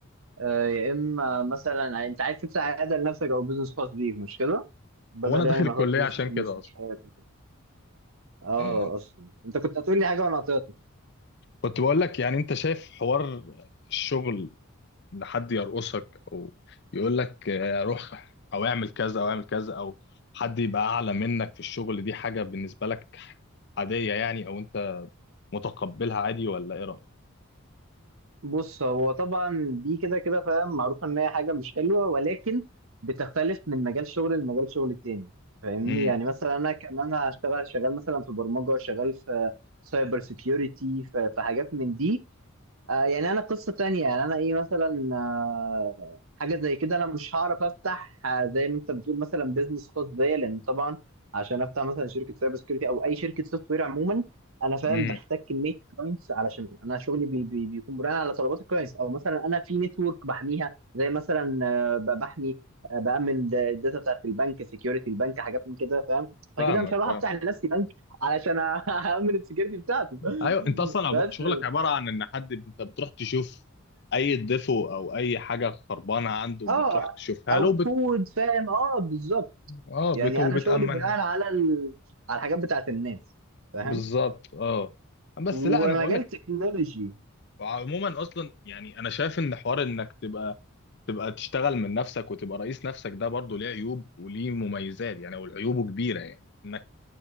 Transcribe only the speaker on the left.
هو انا داخل
الكليه
عشان
كده اصلا
يعني
كنت بقول لك يعني انت شايف حوار الشغل ان حد يرقصك او يقول لك آه، روح او اعمل كذا او اعمل كذا او حد يبقى اعلى منك في الشغل دي حاجه بالنسبه لك عاديه يعني او انت متقبلها عادي ولا ايه رايك
امم
امم
فاهمك
فاهم
ايوه انت اصلا
عب- شغلك عباره عن ان حد انت بتروح تشوف اي ديفو او اي حاجه خربانه عنده
بتروح تشوفها
له بت...
اه
بت... وبتامنها
بالظبط اه
بس لا انا بقول لك
عموما اصلا يعني انا شايف ان حوار انك تبقى تبقى تشتغل من نفسك وتبقى رئيس نفسك ده برضه ليه عيوب وليه مميزات يعني والعيوبه كبيرة يعني انك